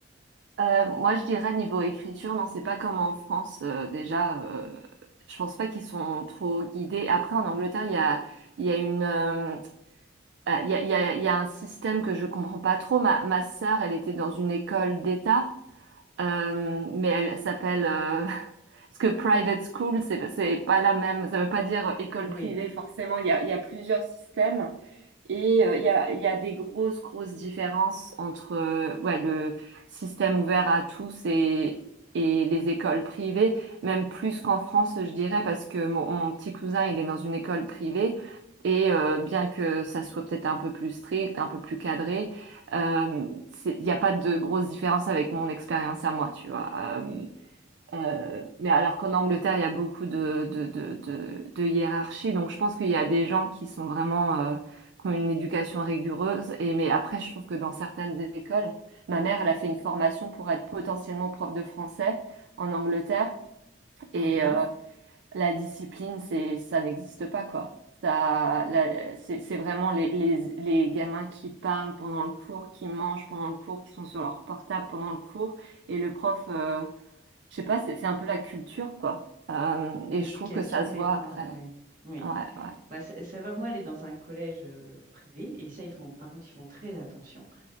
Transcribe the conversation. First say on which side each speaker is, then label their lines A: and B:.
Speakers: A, on the right; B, on the right.
A: Euh, moi, je dirais, niveau écriture, non, c'est pas comme en France, euh, déjà, euh, je pense pas qu'ils sont trop guidés. Après, en Angleterre, il y a, il y a une, euh, ah, il y a, il y a, il y a un système que je comprends pas trop. Ma, ma sœur, elle était dans une école d'État. Euh, mais elle s'appelle euh, <laughs> parce que private school, c'est c'est pas la même. Ça veut pas dire école
B: Oui.
A: privée forcément. Il y a, il y a plusieurs systèmes et euh, il y a, il y a des grosses grosses différences entre euh, ouais le système ouvert à tous et et les écoles privées, même plus qu'en France, je dirais, parce que mon, mon petit cousin, il est dans une école privée. Et euh, bien que ça soit peut-être un peu plus strict, un peu plus cadré, euh, c'est- Il n'y a pas de grosse différence avec mon expérience à moi, tu vois. Euh, euh, mais alors qu'en Angleterre, il y a beaucoup de, de, de, de, de hiérarchie, donc je pense qu'il y a des gens qui sont vraiment, euh, qui ont une éducation rigoureuse. Et, mais après, je trouve que dans certaines écoles, ma mère, elle a fait une formation pour être potentiellement prof de français en Angleterre.
B: Mhm.
A: Et, euh, la discipline, c'est, ça n'existe pas, quoi. Ça, la- c'est, c'est vraiment les, les, les gamins qui parlent pendant le cours, qui mangent pendant le cours, qui sont sur leur portable pendant le cours. Et le prof, euh, je sais pas, c'est, c'est un peu la culture, quoi. Euh, et
B: L'éducation,
A: je trouve que ça se
B: les
A: voit
B: principes.
A: après.
B: Ouais. Oui.
A: Ouais, ouais.
B: Bah, ça, ça va, moi, aller dans un collège euh, privé, et ça, ils font, par contre, ils font très attention.